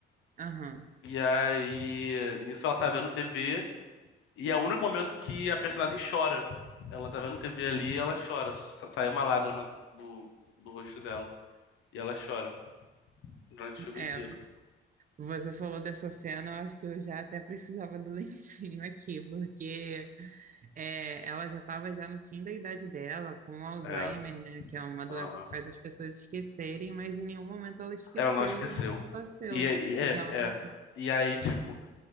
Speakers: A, on the right; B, on the left.
A: aham.
B: E aí nisso ela tá vendo TV e é o único momento que a personagem chora. Ela tá vendo TV ali e ela chora. Sa- Sai uma lágrima do, do rosto dela e ela chora durante o filme
A: É,
B: inteiro.
A: você falou dessa cena, eu acho que eu já até precisava do lencinho aqui, porque É, ela já estava já no fim da idade dela, com Alzheimer,
B: É,
A: né, que é uma doença
B: aham.
A: que faz as pessoas esquecerem, mas em nenhum momento ela esqueceu
B: Ela não esqueceu.
A: do que passou,
B: E, aí- é,
A: do que ela
B: é.
A: passou.
B: E aí, tipo,